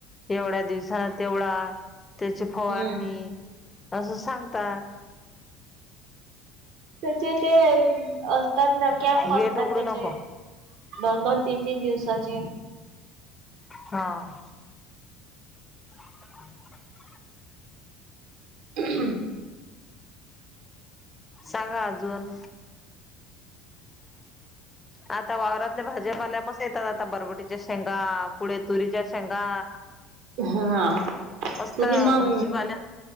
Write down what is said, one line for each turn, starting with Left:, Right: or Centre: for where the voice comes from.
Left: एवढ्या दिवसान तेवढा. त्यांची फवारणी
Right: हम्म
Left: असं सांगता.
Right: त्यांचे ते असतात ना, कॅम्प
Left: गेट
Right: असतात
Left: उघडू
Right: त्यांचे.
Left: नको
Right: दोन दोन, तीन तीन दिवसाचे.
Left: हां. <inaudible>
Right: <inaudible>
Left: सांगा अजून. आता वावरातल्या भाज्यापाल्या मस येतात. आता बरवटीच्या शेंगा पुढ तुरीच्या शेंगा.
Right: हा
Left: मस्त
Right: तुम्ही मग
Left: भाजीपाला.